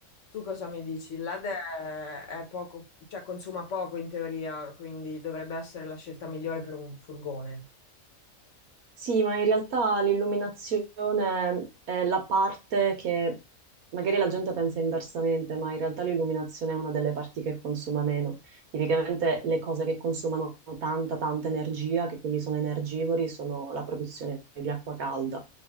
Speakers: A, on the left; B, on the right.
A: Tu cosa mi dici? Il LED è, è poco, cioè consuma poco in teoria, quindi dovrebbe essere la scelta migliore per un furgone.
B: Sì, ma in realtà l'illuminazione è la parte che magari la gente pensa inversamente, ma in realtà l'illuminazione è una delle parti che consuma meno. Tipicamente le cose che consumano tanta, tanta energia, che quindi sono energivori, sono la produzione di acqua calda.